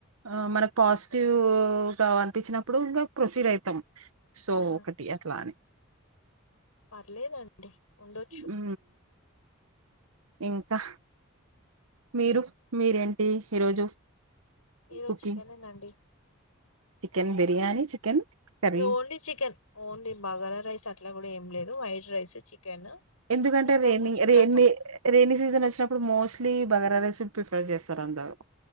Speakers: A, on the right; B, on the left.
A: ఆ మనకు పాజిటివ్గా అనిపించినప్పుడు ఇంగ ప్రొసీడ్ అయితాం సో
B: ఆహా
A: ఒకటి అట్లానే
B: పర్లేదండి ఉండొచ్చు
A: ఊ ఇంకా మీరు మీరేంటి ఈరోజు
B: ఈ రోజు
A: కుకింగ్?
B: చికెన్ ఏ నండి
A: chicken biryani chicken curry
B: only chicken only bagara rice అట్లా కూడా ఏం లేదు వైట్ రైస్ చికెన్
A: ఎందుకంటే
B: ఇంకా
A: రే
B: కొంచెం
A: రేన్ని
B: రసం
A: రైనీ సీజన్ వచ్చినప్పుడు మోస్ట్లీ బగార రైస్ ప్రిఫర్ చేస్తారు అందరు